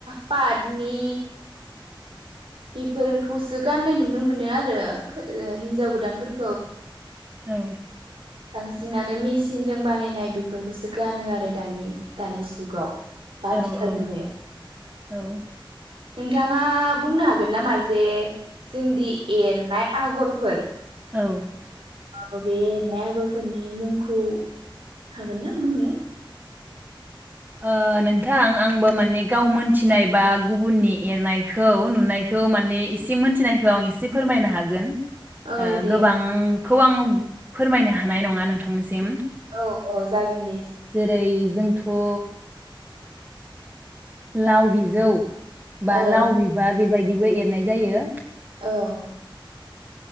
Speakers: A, on the right; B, on the right.
A: फाथनि बेफोरखौसो गाननाय नुनो मोनो आरो ओ हिन्जाव गोदानफोरखौ
B: औ
A: बांसिनानो मेसिनजों बानायनाय बेफोरखौसो गानो आरो दानि दानि जुगाव बा आथिखाल
B: औ
A: मुगायाव
B: औ
A: नोंथाङा बुंनो हागोन नामा जे जोंदि एरनाय आगरफोर
B: औ
A: आ बे एरनाय आगरफोरनि मुंखौ हागोन ना बुंनो?
B: ओ नोंथां आंबो माने गाव मोनथिनाय बा गुबुननि एरनायखौ नुनायखौ माने एसे मोनथिनायखौ आं एसे फोरमायनो हागोन।
A: औ
B: ओ
A: दे
B: गोबांखौ आङो फोरमायनो हानाय नङा नोंथांनिसिम
A: अ जागोन दे
B: जेरै जोंथ' लाव बिजौ बालाव
A: औ
B: बिबार बेबायदि बिदिबो एरनाय जायो।
A: औ